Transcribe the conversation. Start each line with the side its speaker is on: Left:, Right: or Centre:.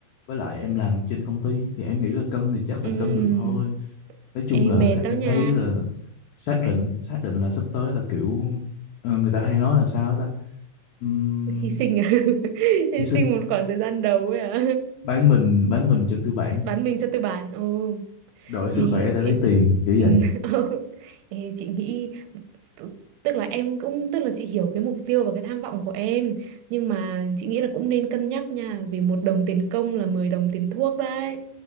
Left: với lại em làm trên công ty thì em nghĩ là cân thì chắc là
Right: ừ
Left: cân được thôi nói chung
Right: em
Left: là
Right: mệt
Left: th-
Right: đó
Left: em
Right: nha
Left: thấy là xác định xác định là sắp tới là kiểu ờ, người ta hay nói là sao ta Ừm,
Right: hy sinh à? <laughs> hy
Left: hy sinh
Right: sinh một khoảng thời gian đầu ấy à
Left: bán mình bán mình cho tư
Right: <laughs>
Left: bản
Right: bán mình cho tư bản ừ
Left: đổi
Right: thì
Left: sức khỏe để
Right: ê,
Left: lấy tiền kiểu
Right: <laughs>
Left: vậy
Right: ê, chị nghĩ t- tức là em cũng tức là chị hiểu cái mục tiêu và cái tham vọng của em nhưng mà chị nghĩ là cũng nên cân nhắc nha vì một đồng tiền công là 10 đồng tiền thuốc đấy